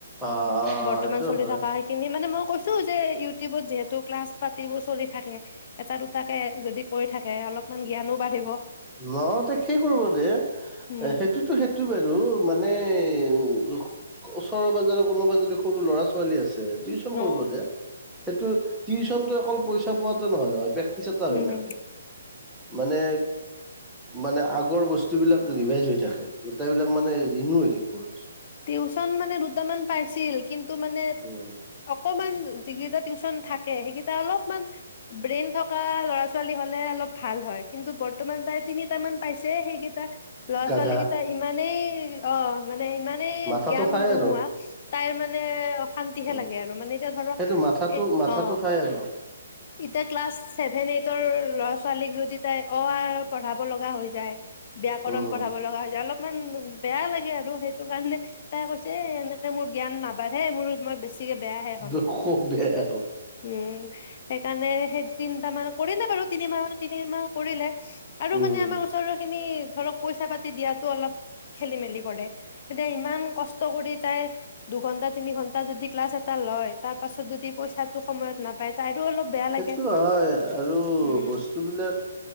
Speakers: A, in the centre; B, on the left.
A: অ' অ'
B: বৰ্তমান
A: সেইটো
B: চলি
A: হয়।
B: থকা সেইখিনি মানে মই কৈছোঁ যে, ইউটিউবত যিহে তো, ক্লাছ পাতিবোৰ চলি থাকে, এটা, দুটাকে যদি কৈ থাকে অলপমান জ্ঞানো বাঢ়িব।
A: ন দে সেই কৰিব দে
B: উম
A: এ সেইটোতো সেইটো বে ৰ মানে উ ওচৰৰে পাজৰে কোনোবা যদি সৰু ল'ৰা ছোৱালী আছে। দে টাউন
B: অ
A: কৰিব দে। এইটো টো অকল পইচা পোৱাতটো নহয় নহয় তা পাৰি
B: উম
A: থাকে মানে মানে আগৰ বস্তুবিলাক ৰিভাইজ হৈ থাকে গোটেই বিলাক মানে ৰিণু থাকিব আৰু চব
B: টিউচন মানে দুটামান পাইছিল কিন্তু মানে
A: উম
B: অকমাণ যিকেই টিউচ্যন থাকে সেইকেইটা অলপমান ব্ৰেইন থকা লৰা ছোৱালী হ'লে অলপ ভাল হয় কিন্তু বৰ্তমান তাই তিনিট মান পাইছে সেইকেইটা ল'ৰা
A: গাধা
B: ছোৱালী কেইটা মানে অ মানে ইমানেই
A: মাথাটো
B: জ্ঞান
A: খাই
B: নোহোৱা
A: আৰু
B: তাইৰ মানে তাৰ মানে অশান্তিহে
A: উম
B: মানে ধৰক
A: সেইটো মাথাটো
B: এই
A: মাথাটো
B: অ
A: খাই আৰু
B: এতিয়া কিলাচ ছেভেন এইটৰ ল'ৰা ছোৱালীক যদি তাই অ, আ পঢ়াব লগা হৈ যায়। ব্যাকৰণ
A: উম
B: পঢ়াব লগা হৈ অলপমান বেয়া লাগে আৰু সেইটো কাৰণে তাই কৈছে এনেকে মোৰ জ্ঞান নাবাঢ়ে! মোৰ মই বেছি বেছিকে বেয়াহে হ'ম।
A: ব- খুব বেয়া
B: উম, সেইকাৰণে সেই তিনিটামানক কৰিলে বাৰু! তিনিমাহ, তিনিমাহ কৰিলে। আৰু
A: উম
B: মানে আমাৰ ওচৰৰ খিনিত ধৰক পইচা পাতি দিয়াত অলপ খেলিমেলি কৰে। এতিয়া ইমান কষ্ট কৰি তাই দুঘন্টা-তিনি ঘন্টা যদি ক্লাছ এটা লয় তাৰ পাছত যদি পইচাটো সময়ত না <unintelligible> পায়, তাইটো অলপ বেয়া লাগে
A: সেইটোতো হয় আৰু
B: উম
A: বস্তুবিলাক,